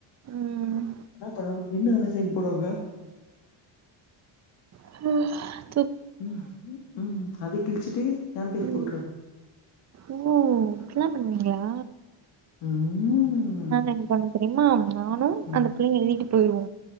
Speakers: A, on the right; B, on the left.
A: ம்
B: <unintelligible> சைன் போடுவாங்க
A: அ து
B: ம் ம் அத கிழிச்சிட்டு ஏ பேர்
A: ம்
B: போட்ரு
A: ஓ அப்டிலா பண்ணுவீங்களா
B: ம் ம்
A: நாங்க என்ன பண்ணுவோ தெரியுமா நானு
B: ம்
A: அந்த பிள்ளைையு எழுதிட்டு போயிருவோ